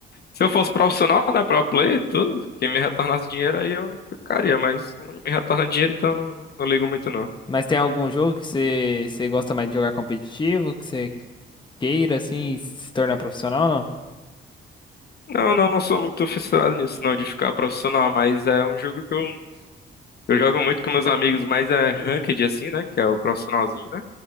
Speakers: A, on the left; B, on the left.
A: Se eu fosse profissional, né, pro player e tudo, quem me retornasse dinheiro aí eu ficaria, mas não me retorna dinheiro, então eu não, não ligo muito não.
B: Mas tem algum jogo que você, você gosta mais de jogar competitivo, que você queira assim se tornar profissional
A: Não, não, não sou muito fissurado nisso, não, de ficar profissional, mas é um jogo que eu, eu jogo muito com meus amigos, mas é ranked assim, né, que é o profissionalzinho, né?